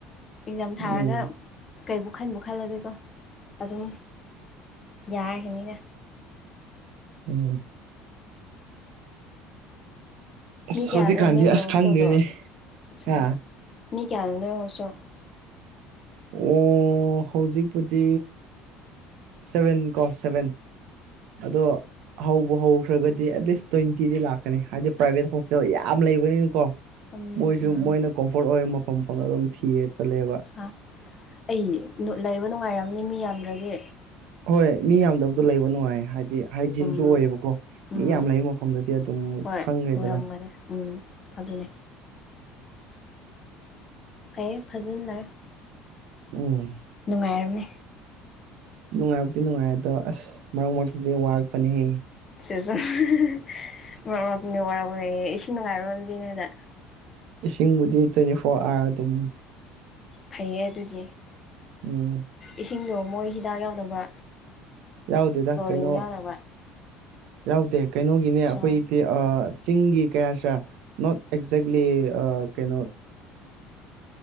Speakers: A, on the left; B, on the right.
A: ꯑꯦꯛꯖꯥꯝ ꯊꯥꯔꯒ
B: ꯎꯝ
A: ꯀꯩꯕꯨ ꯈꯟꯕꯨ ꯈꯜꯂꯗꯤꯀꯣ ꯑꯗꯨꯝ ꯌꯥꯈꯤꯅꯤꯗ
B: ꯎꯝ
A: ꯃꯤ
B: ꯑꯁ
A: ꯀꯌꯥꯅꯣ
B: ꯍꯧꯖꯤꯛꯀꯥꯟꯗꯤ
A: ꯅꯣꯏꯒꯤ
B: ꯑꯁ
A: ꯍꯣꯁꯇꯦꯜꯗꯣ
B: ꯈꯪꯗ꯭ꯔꯦꯅꯦ
A: ꯑꯠꯆꯥ
B: ꯍꯥ
A: ꯃꯤ ꯀꯌꯥꯅꯣ ꯅꯣꯢ ꯍꯣꯁꯇꯦꯜ
B: ꯑꯣ ꯍꯧꯖꯤꯛꯄꯨꯗꯤ ꯁꯚꯦꯟ ꯀꯣ ꯁꯚꯦꯟ ꯑꯗꯣ ꯍꯧꯕꯨ ꯍꯧꯈ꯭ꯔꯒꯗꯤ ꯑꯦꯠꯂꯤꯁ ꯇ꯭ꯋꯦꯟꯇꯤꯗꯤ ꯂꯥꯛꯀꯅꯤ ꯍꯥꯏꯗꯤ ꯄ꯭ꯔꯥꯏꯚꯦꯠ ꯍꯣꯁꯇꯦꯜ ꯌꯥꯝ ꯂꯩꯕꯅꯤꯅ ꯀꯣ
A: ꯎꯝ
B: ꯃꯣꯏꯁꯨ
A: ꯎꯝ ꯎꯝ
B: ꯃꯣꯏꯅ ꯀꯣꯝꯐꯣꯔꯠ ꯑꯣꯏꯕ ꯃꯐꯝ ꯐꯝꯗ ꯑꯗꯨꯝ ꯊꯤꯔ ꯆꯠꯂꯦꯕ
A: ꯑ ꯑꯩ <unintelligible> ꯂꯩꯕ ꯅꯨꯡꯉꯥꯏꯔꯝꯅꯤ ꯃꯤ ꯌꯥꯝꯗ꯭ꯔꯗꯤ
B: ꯍꯣꯏ ꯃꯤ ꯌꯥꯝꯗꯕꯗꯣ ꯂꯩꯕ ꯅꯨꯡꯉꯥꯏ ꯍꯥꯏꯗꯤ ꯍꯥꯏꯖꯤꯟꯁꯨ
A: ꯎꯝ
B: ꯑꯣꯏꯌꯦꯕꯀꯣ ꯃꯤ
A: ꯎꯝ
B: ꯌꯥꯝ ꯂꯩꯕ ꯃꯐꯝꯗꯗꯤ ꯑꯗꯨꯝ
A: ꯍꯣꯏ
B: ꯈꯪꯒ꯭ꯔꯦꯗꯅ
A: ꯑꯣꯏꯔꯝꯒꯅꯤ ꯎꯝ ꯑꯗꯨꯅꯤ ꯐꯩꯌꯦ ꯐꯖꯟ ꯂꯩꯌꯣ
B: ꯎꯝ
A: ꯅꯨꯡꯉꯥꯏꯔꯝꯅꯤ
B: ꯅꯨꯡꯉꯥꯏꯕꯨꯗꯤ ꯅꯨꯡꯉꯥꯏ ꯑꯗꯣ ꯑꯁ ꯃꯔꯛ ꯃꯔꯛꯇꯗꯤ ꯋꯥꯔꯛꯄꯅꯤ ꯍꯦ
A: ꯁꯤꯁꯨ <unintelligible> ꯃꯔꯛ ꯃꯔꯛ ꯋꯥꯕꯁꯨ ꯏꯁꯤꯡ ꯅꯨꯡꯉꯥꯏꯕ꯭ꯔꯣ ꯑꯗꯨꯗꯤ ꯅꯣꯏꯗ
B: ꯏꯁꯤꯡꯕꯨꯗꯤ ꯇ꯭ꯋꯦꯟꯇꯤ ꯐꯣꯔ ꯑꯥꯔ ꯑꯗꯨꯝ
A: ꯐꯩꯌꯦ ꯑꯗꯨꯗꯤ
B: ꯎꯝ
A: ꯏꯁꯤꯡꯗꯣ ꯃꯣꯏ ꯍꯤꯗꯥꯛ ꯌꯥꯎꯗꯕ꯭ꯔꯥ
B: ꯌꯥꯎꯗꯦꯗ
A: ꯀ꯭ꯂꯣꯔꯤꯟ
B: ꯀꯩꯅꯣ
A: ꯌꯥꯎꯗꯕ꯭ꯔꯥ
B: ꯌꯥꯎꯗꯦ ꯀꯩꯅꯣꯒꯤꯅꯦ
A: ꯑꯠꯆꯥ
B: ꯑꯈꯣꯏ ꯑꯥ ꯆꯤꯡꯒꯤ ꯀꯩ ꯍꯥꯢꯁꯤꯔꯥ ꯅꯣꯠ ꯑꯦꯛꯖꯦꯛꯂꯤ ꯑ ꯀꯩꯅꯣ